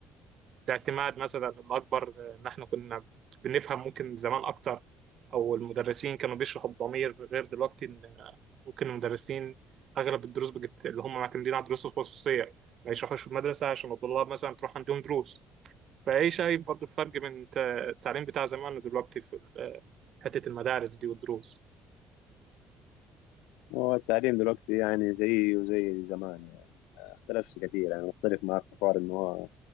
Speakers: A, on the right; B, on the left.
A: الاعتماد مثلا الأكبر إن إحنا كنا بنفهم ممكن زمان أكتر أو المدرسين كانوا بيشرحوا بضمير غير دلوقتي إن آه، ممكن المدرسين أغلب الدروس بجت اللي هم معتمدين على الدروس الخصوصية ما يشرحوش في المدرسة عشان الطلاب مثلا تروح عندهم دروس فإيه شايف برضو الفرق بين الت- التعليم بتاع زمان ودلوقتي في ال- حتة المدارس دي والدروس
B: هو التعليم دلوقتي يعني زي وزي زمان يعني ما اختلفش كتير يعني مختلف معاك في حوار ان هو